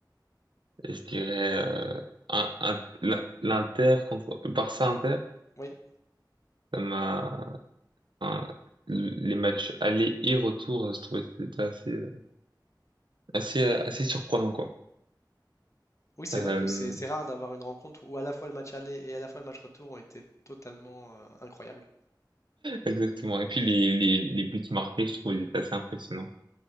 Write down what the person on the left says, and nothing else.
Oui.
Oui, c'est
vrai que c'est c'est rare d'avoir une rencontre où à la fois le match aller et à la fois le match retour ont été totalement euh, incroyables.